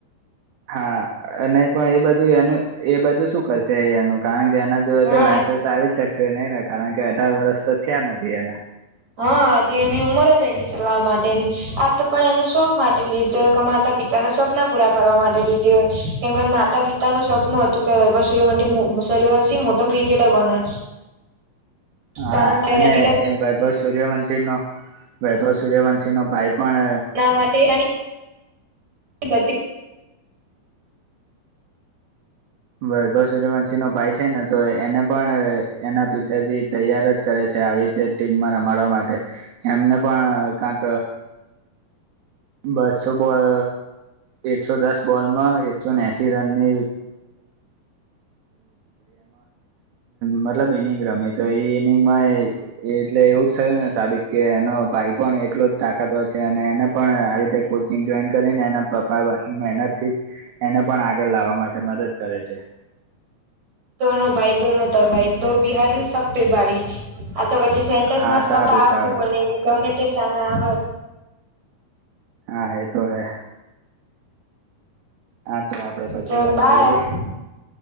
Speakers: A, on the right (about 75°); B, on the right (about 45°).
A: હા અને પણ એ બધું એનું એ બધું શું કરશે એનું કારણ કે ત્યાના જો
B: હા
A: તો લાયસન્સ આવી શકશે નહી ને કારણ કે અઢાર વર્સ તો થયા નથી એના
B: હા હજી એની ઉમર જાય ની ચલાવવા માટેની આ તો પણ એને શોખ માટે લી કમાતા પિતાના સપના પૂરા કરવા માટે લીધી હોય, કેમ માતા પિતાનું સપનું હતું કે બર સરીવાનસી મોટો ક્રિકેટર બને.
A: <unintelligible> <inaudible> હા
B: કારણ કે બનાવવા
A: અને વૈભવ સૂર્યવંશીનો વૈભવ સૂર્યવંશીનો ભાઈ પણ
B: આના માટે બધી
A: વૈભવ સૂર્યવંશીનો ભાઈ છે ને તો એને પણ એના પિતાજી તૈયાર જ કરે છે. આવી રીતે ટીમમાં રમાડવા માટે એમને પણ કાક બસો બોલ એકસો દસ બોલમાં એકસોનેએસી રનની મતલબ ઈનિંગ રમી તો એ ઈનિંગમાં એટલે એવું થય સાબિત કે એનો ભાઈ પણ એટલો જ તાકાતર છે અને એને પણ આવી રીતે જો કરીને એના પપા મહેનતથી એને પણ આગળ લાવવા માટે મદદ કરે છે. <unintelligible> <inaudible>
B: દોનો ભાઈ, દોનો ત ભાઈ તો બિહારી સબપે ભારી આ તો પછી સેન્ટરસ
A: હા
B: મસ્તમ
A: સારું
B: પાવરફ્રુલ
A: સારું
B: બની ગયુ ગમે તે સામે આવે.
A: હા એ તો હે હા તો આપડે પછી
B: તો
A: વાત
B: બાય
A: કરીએ
B: ઓ